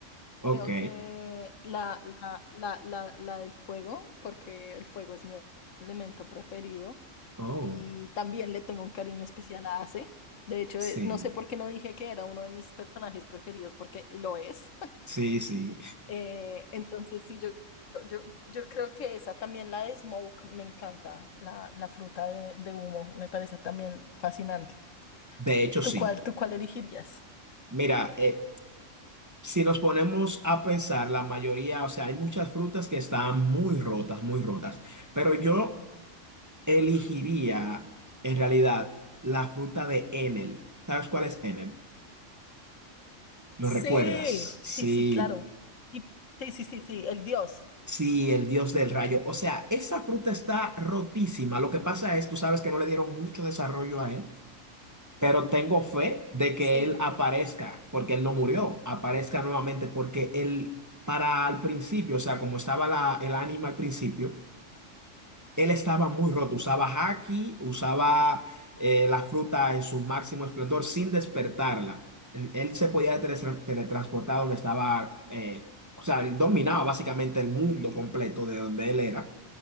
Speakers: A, on the right (about 15°); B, on the left (about 75°).
A: ok.
B: creo que la, la, la, la, la del fuego, porque el fuego es mi elemento preferido
A: Oh,
B: y también le tengo un cariño especial a Ace. De hecho,
A: sí,
B: eh, no sé por qué no dije que era uno de mis personajes preferidos, porque lo es.
A: sí, sí.
B: Eh, entonces, sí, yo, yo, yo creo que esa también, la de smoke, me encanta, la, la fruta de, de humo, me parece también fascinante.
A: De hecho,
B: ¿Tú
A: sí.
B: cuál, tú cuál elegirías?
A: Mira, eh, si nos ponemos a pensar, la mayoría, o sea, hay muchas frutas que están muy rotas, muy rotas, pero yo elegiría en realidad la fruta de Enel. ¿Sabes cuál es Enel? ¿Lo
B: Sí,
A: recuerdas?
B: sí,
A: Sí,
B: sí, claro. Y- sí, sí, sí, sí, el dios.
A: sí, el dios del rayo. O sea, esa fruta está rotísima. Lo que pasa es, tú sabes que no le dieron mucho desarrollo a él. Pero tengo fe de que
B: Sí,
A: él aparezca, porque él no murió, aparezca nuevamente, porque él, para al principio, o sea, como estaba la, el ánima al principio, él estaba muy roto, usaba haki, usaba eh, la fruta en su máximo esplendor sin despertarla. Él, él se podía teletran- teletransportar donde estaba, eh, o sea, él dominaba básicamente el mundo completo de donde él era